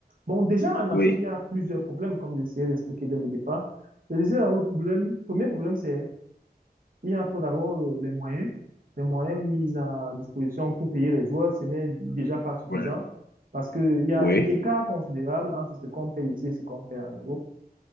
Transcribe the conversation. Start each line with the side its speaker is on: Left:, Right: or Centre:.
Right: Bon, déjà, en Afrique,
Left: oui,
Right: il y a plusieurs problèmes, comme j'essayais d'expliquer dès le départ. Je disais, d'abord le problème, premier problème, c'est il y a pour d'abord euh, les moyens. Les moyens mis à disposition pour payer les joueurs, ce n'est déjà pas suffisant
Left: oui,
Right: parce qu'il y a
Left: oui,
Right: un écart considérable entre ce qu'on paye ici et ce qu'on paye en Europe.